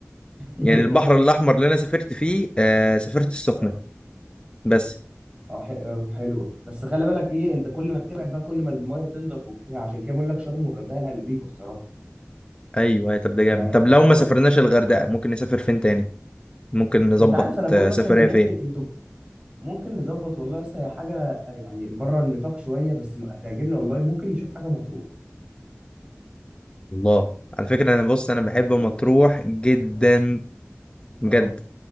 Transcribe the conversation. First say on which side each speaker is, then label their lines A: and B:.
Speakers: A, on the right (about 25°); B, on the left (about 20°).
A: <laughs>
B: يعني البحر الاحمر اللي انا سافرت فيه آه سافرت السخنه
A: اه
B: بس
A: اه ح- آه، حلوه بس خلي بالك ايه انت كل ما بتبعد بقى كل ما المايه تنضف وبتاع عشان كده بقول لك شرم والغردقه لا نضيفه الصراحه
B: ايوه أيوة، طب ده جامد
A: يعني
B: طب
A: انا ب...
B: لو
A: اه
B: ما سافرناش الغردقه ممكن نسافر فين تاني ممكن نظبط
A: انت عارف انا بقول
B: آه،
A: مثلا
B: سفريه
A: ممكن
B: فين
A: انتوا ممكن نظبط والله يا اسطى هي حاجه يعني بره النطاق شويه بس م- هتعجبنا والله ممكن نشوف حاجه مطروح
B: الله على فكره انا بص انا بحب
A: والله
B: مطروح جدا بجد
A: اه